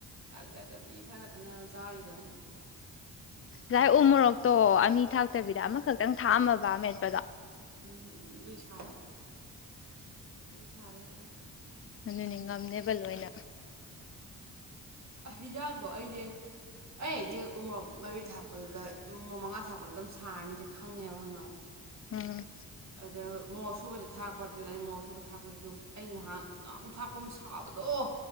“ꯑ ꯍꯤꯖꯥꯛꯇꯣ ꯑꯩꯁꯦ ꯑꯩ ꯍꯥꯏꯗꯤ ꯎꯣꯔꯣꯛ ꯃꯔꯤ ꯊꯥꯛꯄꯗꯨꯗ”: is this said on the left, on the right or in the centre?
Right